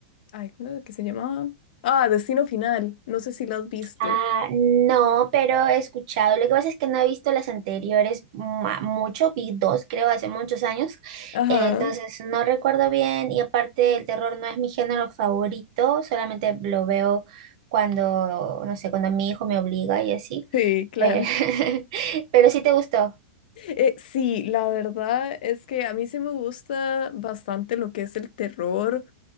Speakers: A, on the left (about 50°); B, on the right (about 40°).
A: Ay, ¿cómo era que se llamaba? Ah, Destino Final. No sé si la has visto.
B: Ah, no, pero he escuchado. Lo que pasa es que no he visto las anteriores ma- mucho, vi dos, creo, hace muchos años.
A: Ajá.
B: Eh, entonces no recuerdo bien y aparte el terror no es mi género favorito, solamente lo veo cuando, no sé, cuando mi hijo me obliga y así.
A: Sí, claro.
B: Pero, <laughs> pero sí te gustó.
A: Eh, sí, la verdad es que a mí sí me gusta bastante lo que es el terror.